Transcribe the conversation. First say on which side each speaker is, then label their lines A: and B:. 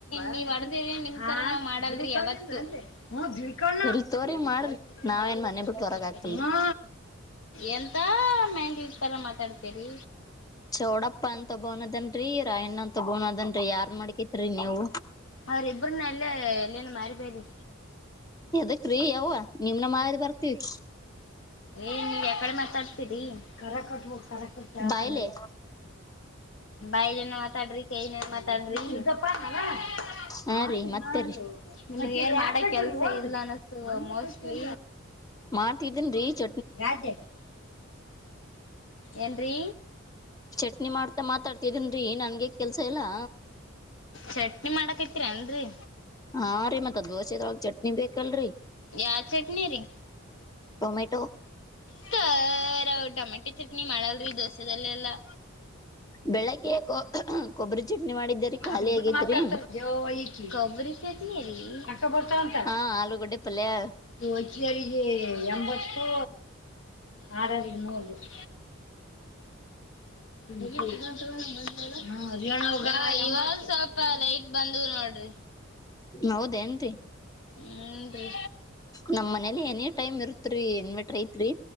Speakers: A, on the left; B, on the left.
A: ನೀ ಹೊಡದಿ ನಿಮ್ ತರ ನಾವ್ ಮಾಡಲ್ ರೀ ಯಾವತ್ತು. <unintelligible>
B: ಎಲ್ ತೋರಿ ಮಾಡ್ರಿ ನಾವೇನ್ ಮನೆ ಬಿಟ್ಟು ಹೊರಗ್ ಹಾಕಲ್ರಿ
A: ಹ ಎಂತ ಮ್ಯಾಂದಿವಿ ತರ ಮಾತಾಡತೇರಿ.
B: ಚೌಡಪ್ಪ ಅಂತ ಒಬವ್ನ್ ಅದನ್ ರೀ ರಾಯಣ್ಣ ಅಂತ ಒಬವ್ನ್ ಅದನ್ ರೀ ಯಾರ್ ಮಾಡ್ಕತ್ರಿ ನೀವು.
A: ಅವ್ರ ಇಬ್ಬ್ರನ್ನ ಎಲ್ಲ ಎನ್ ಮಾರಿಬೇರಿ.
B: ಅದಕ್ ರೀ ಯವ್ವ ನಿಮ್ನ ಮಾರಿ ಬರ್ತೀವಿ.
A: ಏನ್ ನೀ ಯಕಡೆ ಮಾತಾಡ್ತೀರಿ ಕರ ಕಟ್ಟಿ ಕರ ಕಟ್ಟಿ
B: ಬಾಯ್ಲೆ
A: ಆಮೇಲೆ ಬಾಯಲನ ಮಾತಾಡ್ರಿ ಕೈಲನ ಮಾತಾಡ್ರಿ <unintelligible>
B: ಹಾ ರೀ ಮತ್ತೇರಿ
A: ಏನ್ ಮಾಡಕೆಲ್ಸ ಇಲ್ಲಾ ಅನಸತದ್ ಮೋಸ್ಟ್ ಲೀ
B: ಮಾಡ್ತಿದ್ದೀನ್ ರೀಚ
A: ಯಾಡ್ ಏನ್ರೀ
B: ಚಟ್ನಿ ಮಾಡ್ತಾ ಮಾತಾಡ್ತಿದನ್ರಿ ನನ್ಗೆ ಯಾಕ ಕೆಲ್ಸಾ ಇಲ್ಲಾ
A: ಚಟ್ನಿ ಮಾಡಕತಿರೇನರಿ
B: ಹಾ ರೀ ಮತ್ತ ದೋಸೆದೋಳಗ ಚಟ್ನಿ ಬೇಕಲ್ರರಿ
A: ಯಾವ ಚಟ್ನಿ ರೀ
B: ಟೊಮೆಟೊ
A: ತ್ತೋ ಟೊಮೆಟೆ ಚಟ್ನಿ ಮಾಡಲ್ರಿ ದೋಸೆದಲ್ಲೆಲ್ಲಾ
B: ಬೆಳಿಗ್ಗೆ ಕೊಬ್ಬರಿ ಚಟ್ನಿ ಮಾಡಿದ್ದೇರಿ
A: <unintelligible>
B: ಖಾಲಿ ಆಗೇತ್ರಿ
A: ಬರ್ತಾವಂತ
B: ಹಾ ಆಲೂಗೊಡ್ಡೆ ಪಲ್ಯಾ
A: ಇ ಒತ್ತಿಯರಿಗೆ ಎಂಬತ್ತು ಆರರಿಗೆ ನೂರು <unintelligible> <unintelligible> ಇವಾಗ ಸ್ವಲ್ಪ ಲೈಟ್ ಬಂದ ನೋಡ್ರಿ
B: ಹೌದೇ ಏನ್ರಿ
A: ಹುಂ ರಿ
B: ನಮ್ ಮನೇಲಿ ಎನಿ ಟೈಮ್ ಇರ್ತ್ರಿ ಎನ್ ಮೆಟ್ರ ಐತ್ರಿ